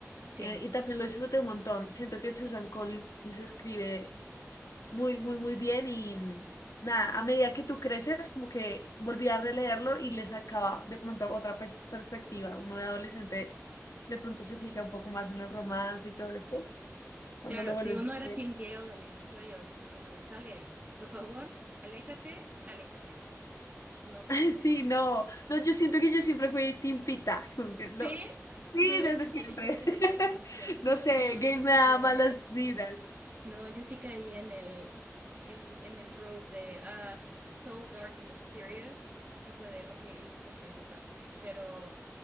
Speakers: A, on the right; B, on the left.
A: Sí.
B: Eh, y también lo disfruté un montón. Siento que Susan Collins escribe muy, muy, muy bien y mm, nada, a medida que tú creces, como que volví a releerlo y le sacaba de pronto otra pers- perspectiva. Uno de adolescente de pronto se fija un poco más en el romance y todo esto, cuando
A: Claro,
B: lo vuelves
A: si uno
B: a
A: era
B: leer.
A: Team Gale al inicio y ahorita es como de sale ahí, por favor, aléjate, aléjate, no te
B: <laughs>
A: quedes ahí.
B: Sí, no, no, yo siento que yo siempre fui timpita, <laughs> como que no.
A: ¿Sí?
B: Sí,
A: Si eres
B: desde
A: inteligente
B: siempre.
A: desde
B: <laughs>
A: el inicio,
B: No sé,
A: no,
B: Gay
A: yo
B: me
A: sí
B: da
A: que...
B: malas vibras.
A: No, yo sí caí en el, en, en el trope de ah, Tall, Dark and Mysterious y fue de, ok, ese es el principal, pero